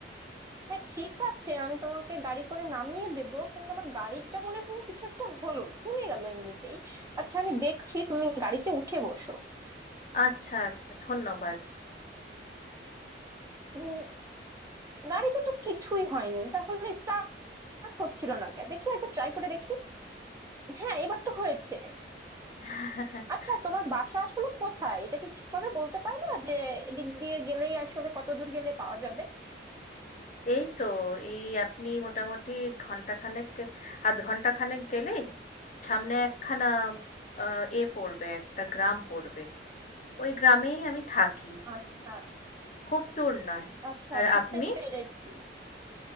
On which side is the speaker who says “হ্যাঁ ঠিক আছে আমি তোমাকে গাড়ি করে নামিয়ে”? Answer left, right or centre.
Right